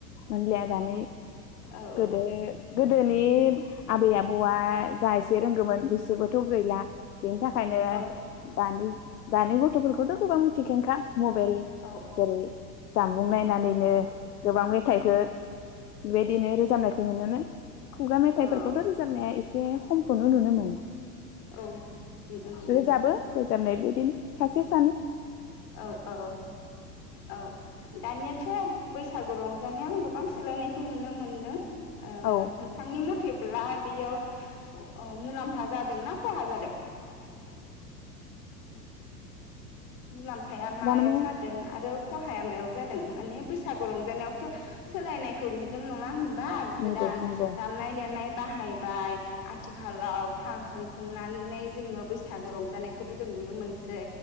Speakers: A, on the left; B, on the left.
A: मोनलिया दानि
B: औ
A: गोदो गोदो नि आबै आबौआ जा एसे रोंगौमोन बिसोरबोथ' गैला बेनि थाखायनो
B: औ
A: दानि दानि गथ'फोरखौथ' गोबां मिथिखायो खा मबाइल
B: औ
A: जेरै जाम बुं नायनानैनो गोबां बे मेथाइखो बेबायदिनो रोजाबनायखौ नुनो मोनो खुगा मेथाइफोरखौथ'
B: औ
A: रोजाबनाया एसे एसे खमखौनो नुनो मोनो
B: औ नुनो मोनो
A: रोजाबो रोजाबनाय सासे सानै
B: औ औ औ दानियाथ' बैसागु रंजानायाव गोबां सोलायनायखौ नुनो मोनदों। ओ
A: औ
B: नोंथांनि मथे बेयाव मुलाम्फा ओ जादोंना खहा जादों? <unintelligible> मुलाम्फाया मायाव
A: थारमाने
B: जादों आरो खहाया मायाव जादों माने बैसागु रंजानायावथ' सोलायनायखौ नुदों नङा होन बा गोदान
A: नंगौ नंगौ
B: दामनाय-देनाय बाहायबाय आथिखालाव फांसन खुंनानै जोङो बैसागो रंजानायखौबो जों नुनो मोनसै।